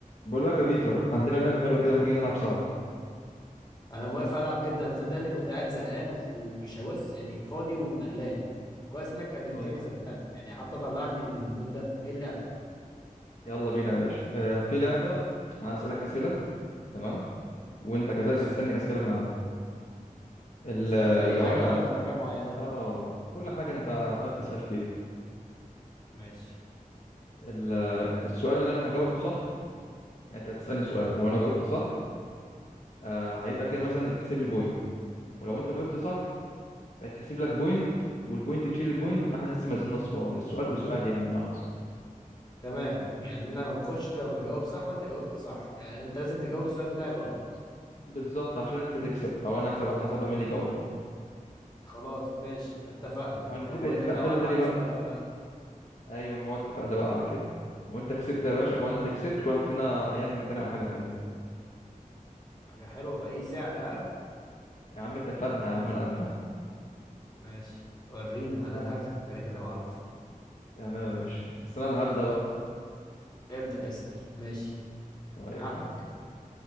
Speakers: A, on the left; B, on the left.
A: بقول لك يا بيتر عندنا لعبة حلوة كده ما تيجي نلعب سوا
B: انا موافق العب جدا صدق اني كنت قاعد زهقان وف- ومش هبص يعني فاضي وملان كويس انك كلمتني
A: طيب
B: صدقني يعني حتى طلعني من المود ده ايه اللعبه
A: يلا بينا يا باشا آه في لعبة أنا هسألك أسئلة تمام وأنت كذلك
B: ماشي
A: هتسألني أسئلة من عندي ال-
B: اسئله في اي
A: لو
B: حاجه
A: أنا
B: ولا في حاجه معينه
A: آه آه في كل حاجة أنت هتسأل فيها
B: ماشي
A: ال- السؤال اللي أنا هجاوبه صح يعني أنت هتسألني سؤال لو أنا جاوبت صح آه هيبقى كده مثلا يتحسب لي بوينت ولو أنت جاوبت صح فيتحسب لك بوينت والبوينت تشيل البوينت يبقى إحنا لسه ما زلنا صفار السؤال بسؤال يعني بمعنى صح
B: تمام يعني انا ما باخدش لما بجاوب صح وانت جاوبت صح يعني انت لازم تجاوب السؤال بتاعي غلط
A: بالظبط عشان أنت تكسب أو أنا أكسب على حسب بقى مين اللي يجاوب غلط
B: خلاص ماشي اتفقنا
A: وهنتفق
B: طب ولو
A: اتفاق حلو
B: انا
A: تاني
B: اكسب
A: بقى
B: انا بقى
A: ايوه ما هو اتفق ده بقى على كده لو انت كسبت يا باشا وانا اللي كسبت كل واحد فينا هيعزم التاني على حاجه حلوه
B: حاجه حلوه باي سعر ها
A: يا عم اتفقنا يا عم انا قدها
B: ماشي ورينا انا
A: يلا
B: اللي هكسب كده كده معروف
A: تمام يا باشا بس انا اللي هبدا بقى
B: ابدا اسال ماشي
A: طيب
B: حقك
A: يا عم